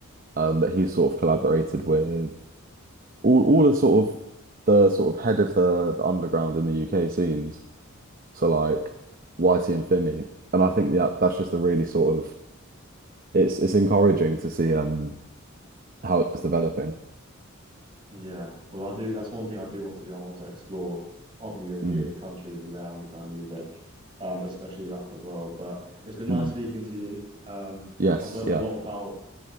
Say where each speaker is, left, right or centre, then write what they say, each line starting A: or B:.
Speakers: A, on the right; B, on the right.
A: um, but he's sort of collaborated with all all the sort of the sort of head of the, the underground in the UK scenes. So like Whitey and Fimi, and I think that that's just a really sort of it's it's encouraging to see um how it's developing.
B: Yeah. Well, I do. That's one thing I do want to do. I want to explore other European
A: Mm,
B: countries and their underground music, um, especially rap as well. But it's been nice
A: mm.
B: speaking to you. Um,
A: Yes,
B: I've learned
A: yeah.
B: a lot about